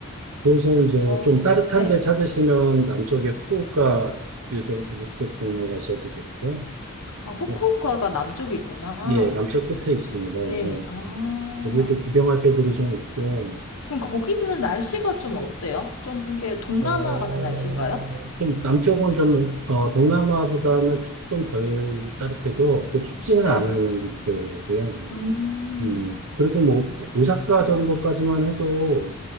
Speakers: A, on the right (about 70°); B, on the left (about 85°).
A: 그래서 이제
B: 어,
A: 좀 따뜻한
B: 네.
A: 데 찾으시면 남쪽에 후쿠오카 이쪽 이쪽 동네 가셔도 좋고
B: 아, 후쿠오카가
A: 어,
B: 남쪽에 있구나.
A: 예 남쪽 끝에 있습니다 그래서
B: 예, 아.
A: 거기도 구경할 데들이 좀 있고
B: 그럼 거기는 날씨가 좀 어때요? 좀 이렇게 동남아
A: 어,
B: 같은 날씨인가요?
A: 좀 남쪽은 좀, 어, 동남아보다는 조금 덜 따뜻해도 그 춥지는
B: 네.
A: 않은 데고요.
B: 음.
A: 음, 그리고 뭐, 오사카 정도까지만 해도